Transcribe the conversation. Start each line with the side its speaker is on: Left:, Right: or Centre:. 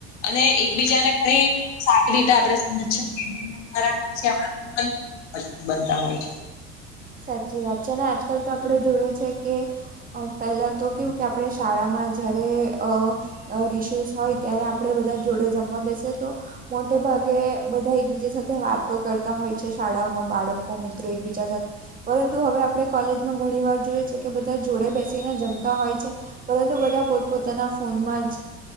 Left: અને એકબીજાને ઘણી સારી રીતે આપડણે સમજી શકીએ. <inaudible> બનતા હોય છે.
Right: સાચી વાત છે અને આજકાલ તો આપણે જોઈએ છે કે પહેલાં તો કેવું કે આપણે શાળામાં જ્યારે અ રિષસ હોય ત્યારે આપણે બધા જોડે જમવા બેસે તો મોટે ભાગે બધા એકબીજા સાથે વાતો કરતા હોય છે શાળાઓમાં બાળકો મિત્રો એકબીજા સાથે. પરંતુ હવે આપણે કોલેજમાં ઘણી વાર જોઈએ છ છે કે બધા જોડે બેસીને જમતા હોય છે. પરંતુ બધા પોતપોતાના ફોનમાં જ